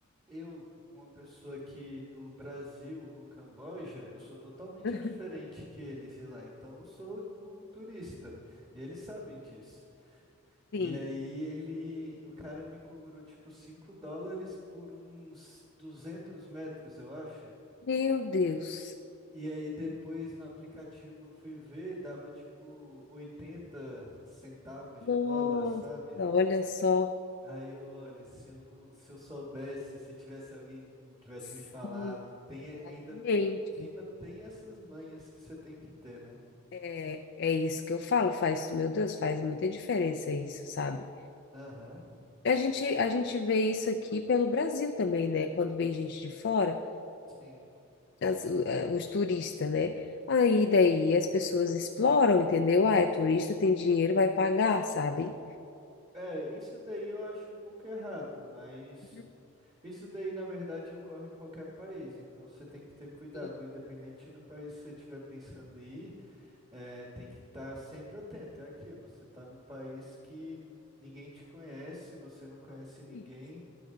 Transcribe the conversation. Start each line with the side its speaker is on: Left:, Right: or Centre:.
Right: eu, uma pessoa aqui do Brasil, no Camboja, eu sou totalmente
Left: <laughs>
Right: diferente que eles de lá, então eu sou o turista. E eles sabem disso. E
Left: Sim.
Right: aí ele, o cara me cobrou tipo 5 dólares por uns 200 metros, eu acho.
Left: Meu Deus.
Right: E aí depois no aplicativo eu fui ver, dava tipo 80 centavos
Left: Nossa,
Right: de dólar, sabe?
Left: olha só.
Right: Aí eu, olha, se eu não, se eu soubesse, se tivesse alguém que tivesse
Left: Sim,
Right: me falado, tem
Left: exatamente.
Right: ainda por cima tem essas manhas que você tem que ter, né?
Left: É, é isso que eu falo, faz, meu Deus, faz muita diferença isso, sabe?
Right: Aham,
Left: A gente, a gente vê isso aqui pelo Brasil também, né? Quando vem gente de fora,
Right: sim.
Left: as- eh, os turistas, né? Aí daí as pessoas exploram, entendeu? Ah, é turista, tem dinheiro, vai pagar, sabe?
Right: É, isso daí eu acho um pouco errado, mas
Left: Uhum.
Right: isso daí na verdade ocorre em qualquer país, então você tem que ter cuidado,
Left: Sim,
Right: independente do país que você estiver pensando em ir, é, tem que estar sempre atento, é aquilo, você está num país que ninguém te conhece, você não
Left: Exatamente.
Right: conhece ninguém,